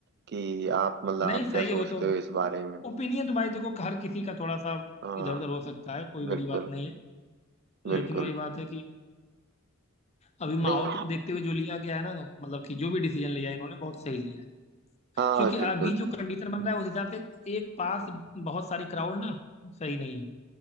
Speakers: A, on the right; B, on the left.
A: कि आप मतलब आप
B: नहीं सही
A: क्या
B: है
A: सोचते
B: वो तो
A: हो इस बारे में
B: ओपिनियन तो भाई देखो हर किसी का थोड़ा सा
A: हाँ
B: इधर उधर हो सकता है कोई
A: बिल्कुल
B: बड़ी बात नहीं है
A: बिल्कुल
B: लेकिन वही बात है कि अभी माहौल
A: नहीं
B: को देखते हुए जो लिया गया है ना मतलब कि जो भी डिसीजन लिया है इन्होंने बहुत सही लिया है
A: हाँ
B: क्योंकि
A: बिल्कुल
B: अभी जो कंडीशन बन रहा है उस हिसाब से एक पास बहुत सारी क्राउड ना सही नहीं है